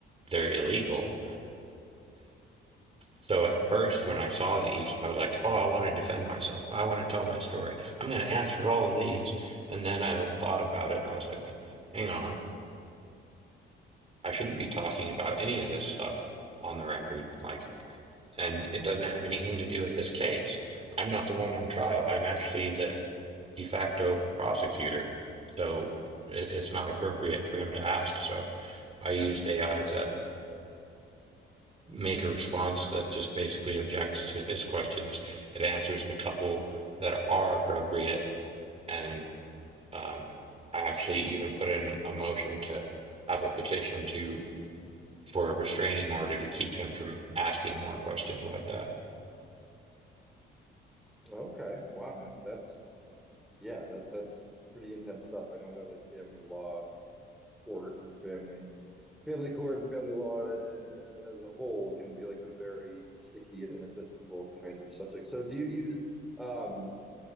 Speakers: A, on the right (about 30°); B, in the centre.
A: they're illegal. So at first, when I saw these, I was like, oh, I want to defend myself. I want to tell my story. I'm going to answer all of these. And then I thought about it and I was like, hang on, I shouldn't be talking about any of this stuff on the record. Like, and it doesn't have anything to do with this case. I'm not the one on trial. I'm actually the de facto prosecutor. So it- it's not appropriate for him to ask. So I used AI to make a response that just basically objects to his questions. It answers the couple that are appropriate, and um, I actually even put in a motion to have a petition to for a restraining order to keep him from asking more questions like that.
B: Okay. Wow, man. That's yeah, that that's pretty intense stuff. I know that like family law court and family family court and family law uh, as a whole can be like a very sticky and, and a difficult kind of subject. So do you use um